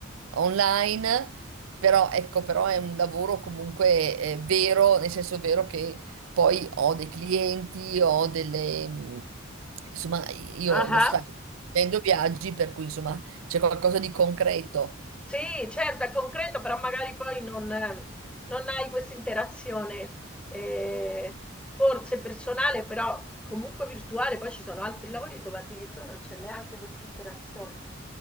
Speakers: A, on the right; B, in the centre.
A: online, però ecco, però è un lavoro comunque eh, vero, nel senso vero che poi ho dei clienti, ho delle... mh, insomma, io
B: Ah-ah.
A: lo sai, vendo viaggi, per cui insomma c'è qualcosa di concreto.
B: Sì, certo, è concreto, però magari poi non, non hai questa interazione eh, forse personale, però comunque virtuale. Poi ci sono altri lavori dove addirittura non c'è neanche questa interazione,